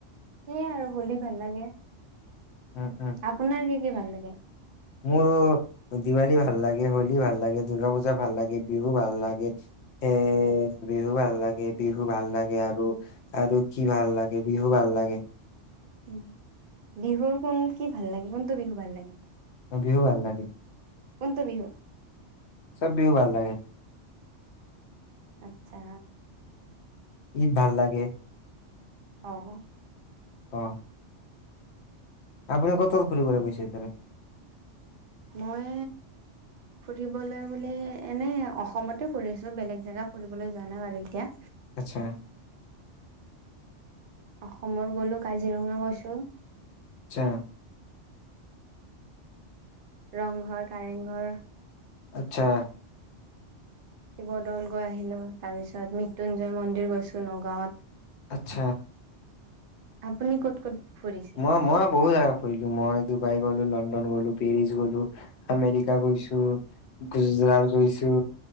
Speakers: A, on the right; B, on the left.
A: সেয়াই আৰু হোলী ভাল লাগে।
B: উম উম
A: আপোনাৰ কি কি ভাল লাগে
B: মোৰ <unintelligible> দিৱালী ভাল লাগে, হলী ভাল লাগে, দূৰ্গাপূজা ভাল লাগে, বিহু ভাল লাগে। এ', বিহু ভাল লাগে, বিহু ভাল লাগে আৰু। আৰু কি ভাল লাগে বিহু ভাল লাগে। গে
A: উম, বিহুৰ কোন কি ভাল লাগে? কোনটো বিহু ভাল লাগে?
B: মাঘ বিহু ভাল লাগে।
A: কোনটো বিহু?
B: চব বিহু ভাল লাগে।
A: আচছা।
B: ঈদ ভাল লাগে।
A: অহ।
B: অহ। আপোনালোকৰ ক'ত ফুৰিবলৈ
A: ঠিক আছে
B: গৈছে মানে?
A: মই ফুৰিবলৈ বুলি এনে অসমতে ফুৰিছো। বেলেগ জেগা ফুৰিবলৈ যোৱা নাই বাৰু এতিয়া।
B: আচ্ছা।
A: অসমৰ গ'লো কাজিৰঙা গৈছো।
B: আচছা।
A: ৰংঘৰ, কাৰেংঘৰ,
B: আচ্ছা।
A: শিৱদৌল গৈ আহিলো, তাৰ পিছত মৃত্যুঞ্জয় মন্দিৰ গৈছো নগাঁৱত।
B: আচ্ছা।
A: আপুনি ক'ত', - ক'ত', ফুৰিছে
B: মই', - মই', বহুত জাগা ফুৰিলো। মই ডুবাই গ'লো, লণ্ডন গলো পেৰিচ গ'লো, আমেৰিকা গৈছো, গুজৰাট গৈছো,